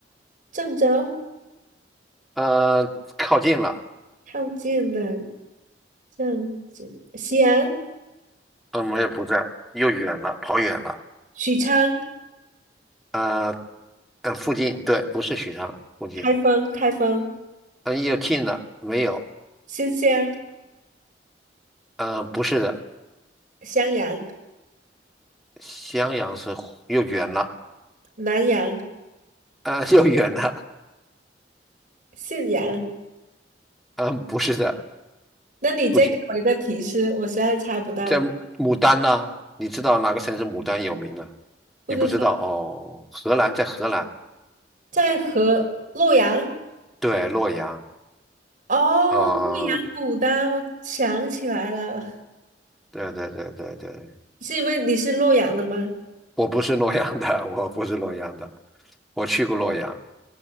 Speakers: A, on the right; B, in the centre.
A: 郑州，
B: 呃，靠近了，
A: 靠近了，郑州，西安，
B: 嗯，没有，不在，又远了，跑远了，
A: 许昌，
B: 呃，呃，附近，对，不是许昌附近，
A: 开封，开封，
B: 嗯，又近了，没有，
A: 新乡，
B: 嗯，不是的，
A: 襄阳，
B: 襄阳是湖又远了，
A: 南阳，
B: 呃，<laughs> 又远了，
A: 信阳。
B: 嗯，不是的，
A: 那你再给我一个提示，
B: 不近，
A: 我实在猜不到了，
B: 在牡丹呢，你知道哪个城市牡丹有名呢？
A: 不知道，
B: 你不知道哦，河南，在河南，
A: 在河洛阳。
B: 对，洛阳。
A: 哦，
B: 嗯，
A: 洛阳牡丹，我想起来了，
B: 对对对对对，
A: 是因为你是洛阳的吗？
B: 我不是洛阳的，我不是洛阳的，我去过洛阳。